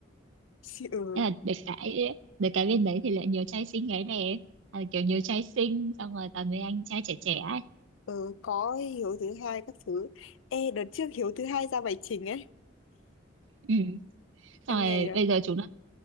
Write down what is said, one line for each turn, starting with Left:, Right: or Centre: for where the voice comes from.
Left: xì- ừ,
Right: Thế là được cái được cái bên đấy thì lại nhiều trai xinh gái đẹp à, kiểu nhiều trai xinh xong rồi toàn với anh trai trẻ trẻ ấy
Left: ừ có Hiếu thứ hai các thứ ê đợt trước Hiếu thứ hai ra bài trình ấy
Right: ừ. xong
Left: em
Right: rồi
Left: nghe chưa
Right: bây giờ chúng nó